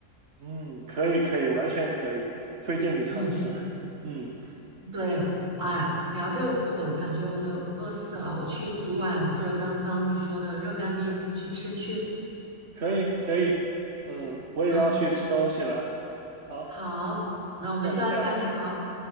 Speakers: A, on the right (about 60°); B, on the right (about 80°).
A: 嗯，可以可以，完全可以，推荐你尝试。
B: 嗯，
A: 嗯，
B: 对，哎，聊着我感觉我都饿死了，我去煮碗就是刚刚你说的热干面去吃去。
A: 可以可以，嗯，我也要去吃东西了。
B: 嗯，
A: 好，
B: 好，那我们下次再聊，
A: 那我们下次，